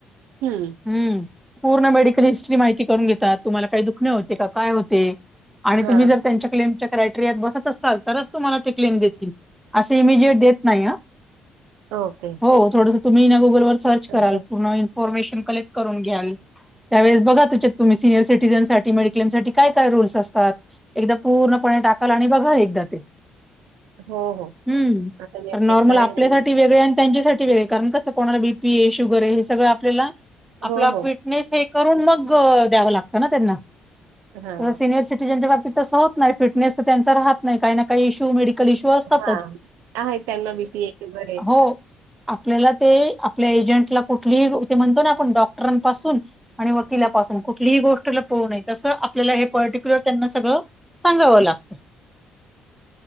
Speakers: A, on the right (about 80°); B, in the centre.
A: हम्म!
B: हं. पूर्ण मेडिकल हिस्ट्री माहिती करून घेतात, तुम्हाला काही दुखणे होते, काय होते आणि
A: हा
B: तुम्ही जर त्यांची - तुमच्या क्लेम च्या क्रायटेरियात बसत असाल तरच, तुम्हाला ते क्लेम देतील. अस इमिजेट देत नाही हा,
A: ओके
B: हो वो. थोडसं तुम्ही ना गुगल वर सर्च
A: हो
B: कराल, पूर्ण इन्फॉर्मेशन कलेक्ट करून घ्याल. त्यावेळेस बघा त्याच्यात तुम्ही, सिनियर सिटीझन साठी मेडिक्लेम साठी काय काय रूल्स असतात. एकदा पूर्णपणे टाकाल, आणि बघा एकदा ते.
A: हो हो
B: हम्म,
A: आता मी
B: तर नॉर्मल
A: चेक करेन
B: आपल्यासाठ-
A: आणि
B: वेगऴ, त्यांच्यासाठी वेगळे कारण कस कोणाला बीपी ए शुगर आहे हे सगळं आपल्याला आपल्या
A: हो
B: आप-
A: हो
B: नेस हे करून मग द्यावं लागतं ना त्यांना.
A: हा
B: सिनियर सिटिझनच्या बाबतीत तसं होत नाही, फिटनेस तर त्यांचा राहत नाही, काही ना काही इश्यू मेडिकल इश्यू असतात.
A: हा, आहे त्यांना बी पी हे, शुगर हे.
B: हो. आपल्याला ते, आपल्या एजंटला कुठलीही ते म्हणतो ना आपण डॉक्टरांपासून - आणि वकिलापासून कुठलीही गोष्ट लपू नये, तसं आपल्याला हे पर्टिक्युलर त्यांना सगळं - सांगावं लागतं?